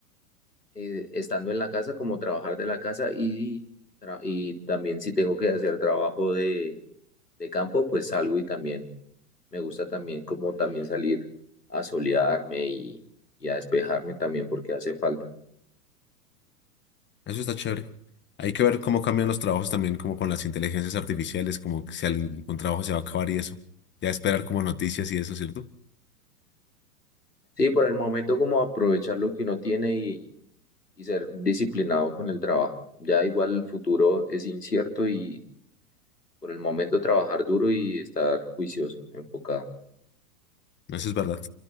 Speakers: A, on the left (about 90°); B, on the left (about 25°).
A: eh, estando en la casa, como trabajar de la casa y, tra- y también si tengo que hacer trabajo de, de campo, pues salgo y también me gusta también como también salir a solearme y, y a despejarme también porque hace falta.
B: Eso está chévere. Hay que ver cómo cambian los trabajos también, como con las inteligencias artificiales, como que si algún trabajo se va a acabar y eso. Ya esperar como noticias y eso, ¿cierto?
A: Sí, por el momento como aprovechar lo que uno tiene y, y ser disciplinado con el trabajo. Ya igual el futuro es incierto y por el momento trabajar duro y estar juicioso, enfocado.
B: Eso es verdad.